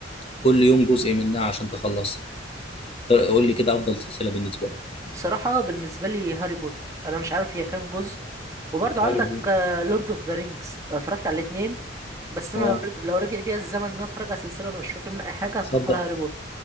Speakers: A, on the left (about 30°); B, on the right (about 20°).
A: كل يوم جزء منها عشان تخلصها اختار- قول لي كده افضل سلسله بالنسبه لك
B: بصراحه بالنسبه لي هاري بوتر انا مش عارف هي كام جزء وبرضه عندك
A: هاري بوتر
B: لورد اوف ذا رينجز اتفرجت على الاثنين بس انا
A: اه
B: لو رج... لو رجع بيا الزمن ان انا اتفرج على سلسله وانا مش فاكر منها اي حاجه هتختار
A: تصدق
B: هاري بوتر